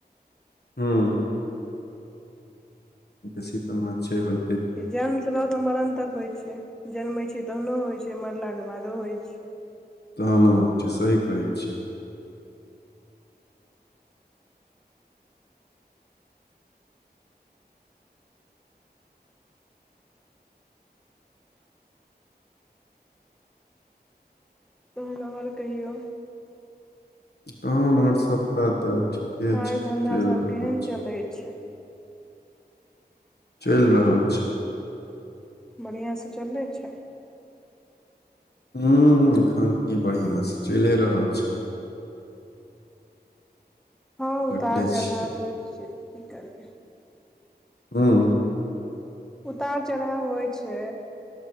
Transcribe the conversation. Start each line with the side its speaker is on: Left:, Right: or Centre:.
Left: हुँ बेसी तऽ माछे होइ
Centre: जन्मसँ लऽ कऽ मरण तक होइत छै जन्मैत छै तहनो होइत छै मरलाके बादो होइत छै
Left: तहन होइ छै सही कहै छीयै
Centre: तोहन आओर कहियौ
Left: तहन ओर कतै तऽ ठीके
Centre: काज
Left: छै
Centre: धन्धा
Left: चलि
Centre: सब
Left: रहल
Centre: केहन चलै छै
Left: चैल रहल छै
Centre: बढ़ियासँ चलै छै
Left: हं हं एखन की बढ़ियां से चैले रहल छै
Centre: हँ उतार
Left: लगले छियै
Centre: चढ़ाबै होए छै की करबै
Left: उं
Centre: उतार चढ़ाव होइ छै